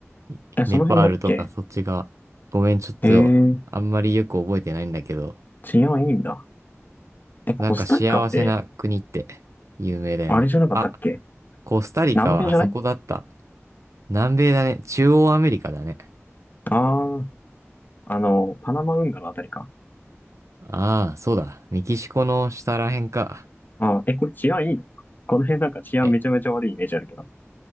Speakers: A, on the right; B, on the left.
A: いネパールとかそっち側。
B: え、その辺だっけ
A: ごめん、ちょっと、
B: えー、
A: あんまりよく覚えてないんだけど。
B: 治安いいんだ。え、コスタリカって、
A: なんか幸せな国って有名だよね。
B: あれじゃなかったっけ
A: あ、コスタリカはあそこだった。
B: 南米じゃない
A: 南米だね。中央アメリカだね。
B: ああー、あの、パナマ運河のあたりか。
A: ああ、そうだ。メキシコの下らへんか。
B: あー、え、これ治安いいのこの辺なんか治安めちゃめちゃ悪いイメージあるけど。
A: え、